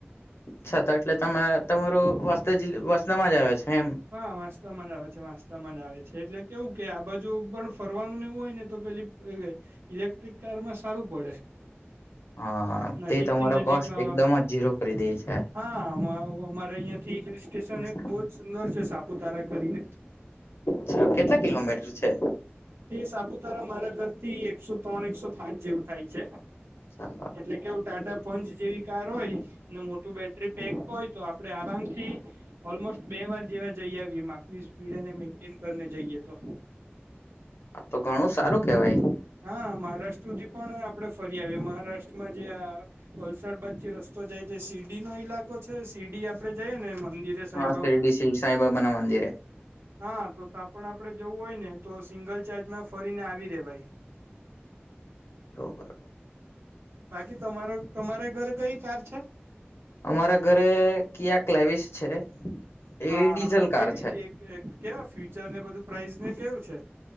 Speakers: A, on the left (about 80°); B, on the right (about 85°).
A: છા તો એટલે તમા તમારું વાસદા જીલ વાસદામાં જ આવે છે એમ
B: હા વાંસદામાં જ આવે છે વાંસદામાં જ આવે છે એટલે કેવું કે આ બાજુ પણ ફરવાનું ને એવું હોય ને તો પેલી એ ઇલેક્ટ્રિક કારમાં સારું પડે
A: હા તે
B: નજીક
A: તમારો
B: થી નજીકમાં
A: કોસ્ટ
B: આવા
A: એકદમ જ ઝીરો કરી દે છે
B: હા અમા અમારે અયાંથી થી હિલ સ્ટેશને
A: અચ્છા
B: બોજ સુંદર છે સાપુતારા કરીને
A: છા કેટલા કિલોમીટર છે?
B: તે સાપુતારા મારા ઘરથી એકસો તણ એકસો પાંચ જેવું થાય છે.
A: ચાલો
B: એટલે કેવું ટાટા પંચ જેવી કાર ઓય ને મોટું બેટરી પેક હોય તો આપડે આરામથી ઓલમોસ્ટ બે વાર જેવા જઈ આવીએ માપની સ્પીડ એને મેન્ટેન કરીને જઈએ તો
A: તો ઘણું સારું કેવાય
B: હા મહારાષ્ટ્ર હુંધી પણ આપડે ફરી આવીએ મહારાષ્ટ્રમાં જે આ વલસાડ બાજથી રસ્તો જાય જે શિરડી નો ઈલાકો છે શિરડી આપડે જઈએને મંદિરે
A: હા
B: સાઇ
A: શિરડી શ્રી સાંબાબા ના મંદિરે
B: હા તો તાં પણ આપડે જવું હોય ને તો સિંગલ ચાર્જમાં ફરીને આવી રેવાય
A: બરાબર
B: બાકી તમારો તમારે ઘરે કઈ કાર છે?
A: અમારા ઘરે કિયા કલેવિસ છે.
B: હા
A: એ ડીઝલ
B: હા કેવી
A: કાર
B: છે એક કેવા ફ્યુચર ને બધું પ્રાઇઝને કેવું છે?